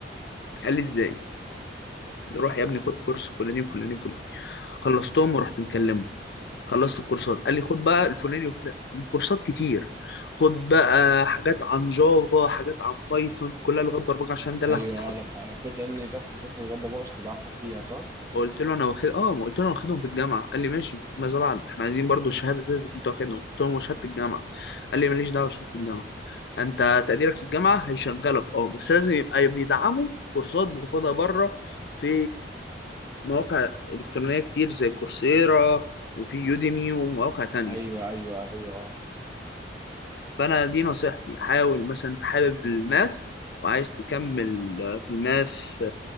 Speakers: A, on the left (about 65°); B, on the right (about 15°).
A: قال لي ازاي روح يا ابني خد كورس فلاني وفلاني وفلاني خلصتهم ورحت مكلمه خلصت الكورسات قال لي خد بقى الفلاني وفلاني كورسات كتير خد بقى حاجات عن جافا حاجات عن بايثون كلها لغات برمجه عشان ده اللي
B: ايوه
A: كنت حابه
B: اه لو خ- خد ان تاخد كورسات في اللغه البرمجه تبقى احسن فيها صح
A: قلت له انا واخد اه ما قلت له انا واخدهم في الجامعه قال لي ماشي ماذا بعد احنا عايزين برضو الشهاده اللي انت واخدهم قلت له وشهاده الجامعه قال لي ماليش دعوه بشهاده الجامعه انت تقديرك في الجامعه هيشغلك اه بس لازم يبقى بيدعموا كورسات بتاخدها بره في مواقع الكترونيه كتير زي كورسيرا وفي يوديمي ومواقع تانية
B: ايوه ايوه ايوه اه
A: فانا دي نصيحتي حاول مثلا انت حابب الماث وعايز تكمل في الماث